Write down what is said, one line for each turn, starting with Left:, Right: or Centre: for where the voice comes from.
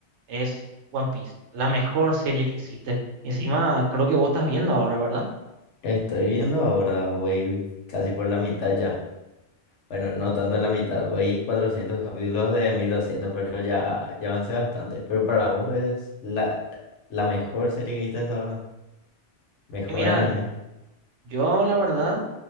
Right: es One Piece, la mejor serie que existe. Y encima, creo que vos estás viendo ahora, ¿verdad?
Left: Estoy viendo ahora, voy casi por la mitad ya. Bueno, no tanto la mitad, voy 400 capítulos de 1200 pero ya, ya avancé bastante. Pero para vos es la, la mejor serie que viste hasta ahora, mejor
Right: Y mira,
Left: anime.
Right: yo la verdad,